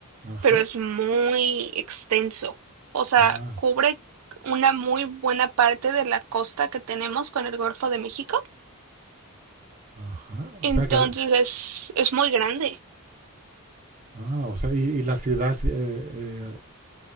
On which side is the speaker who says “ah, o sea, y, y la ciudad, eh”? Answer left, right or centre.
Right